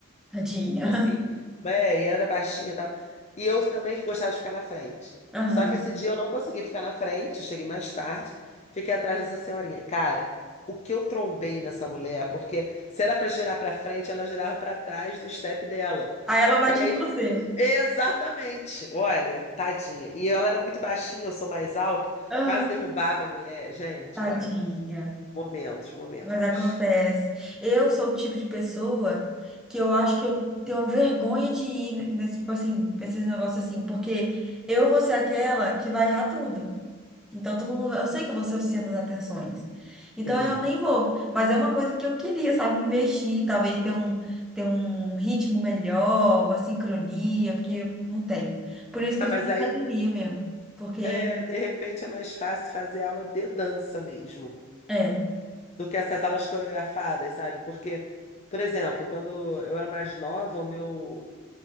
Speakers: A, in the centre; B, on the left.
A: Tadinha.
B: Mas assim, mas é, e ela era baixinha e tal. E eu também gostava de ficar na frente.
A: <laughs> Aham.
B: Só que esse dia eu não consegui ficar na frente, eu cheguei mais tarde, fiquei atrás dessa senhorinha. Cara, o que eu trombei nessa mulher, porque se era pra girar pra frente, ela girava pra trás do step dela.
A: Aí ela bate
B: E aí,
A: em você.
B: exatamente, olha, tadinha. E ela era muito baixinha, eu sou mais alta,
A: Aham.
B: quase derrubava a mulher, gente,
A: Tadinha.
B: olha, momentos, momentos.
A: Mas acontece. Eu sou o tipo de pessoa que eu acho que eu tenho vergonha de ir nesse, tipo assim, nesses negócios assim, porque eu vou ser aquela que vai errar tudo. Então todo mundo, vai- eu sei que eu vou ser o centro das atenções. Então
B: É.
A: eu nem vou, mas é uma coisa que eu queria, sabe, investir, talvez ter um ter um ritmo melhor, uma sincronia, porque eu não tenho. Por isso que
B: Ah,
A: eu
B: mas
A: fico em
B: aí.
A: academia mesmo, porque
B: É, de repente é mais fácil fazer aula de dança mesmo,
A: é.
B: do que essas aulas coreografadas, sabe? Porque, por exemplo, quando eu era mais nova, o meu.